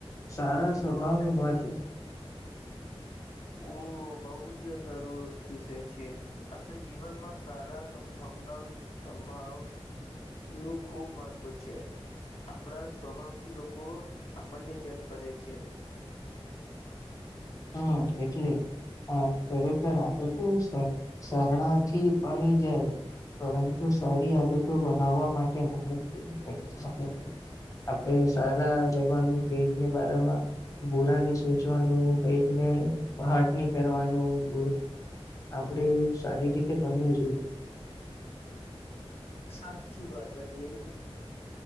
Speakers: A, on the left (about 30°); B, on the left (about 65°).
A: સારા સ્વભાવ
B: શું વિષય
A: નું મહત્વ.
B: શું છે ઓ બોહ જ સરસ વિષય છે. આપણે જીવનમાં સારા સંભાવના સંભાવ. નું ખૂબ મહત્વ છે આપણા સ્વભાવથી લોકો આપણને જજ કરે છે
A: હમ એટલે હા ખરેખર આગ તો સરણાથી પણી જાય પરંતુ સારી આદતો બનાવવા માટે મહેનત કરવી પડે છે આપ આપડે સારા રહેવાનું પટની બારમાં બુરાની સોચવાનું કઈકને હારટ ન કરવાનું બ આપડે સારી રીતે બનવવી જોઈએ.
B: સાચી વાત ભાઈ જેમ કે